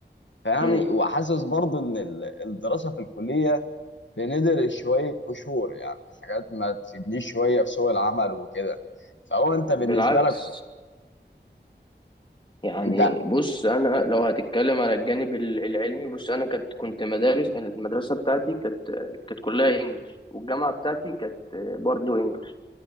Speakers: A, on the left; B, on the left.
A: فيعني
B: امم
A: وحاسس برضه ان ال- الدراسه في الكليه بندر شوية قشور يعني حاجات ما تفيدنيش شوية في سوق العمل وكده فهو انت
B: بالعكس
A: بالنسبة لك
B: يعني
A: انت
B: بص انا لو هتتكلم على الجانب ال- العلمي بص انا كنت كنت مدارس المدرسه بتاعتي كانت كانت كلها انجلش والجامعه بتاعتي كانت برضو انجلش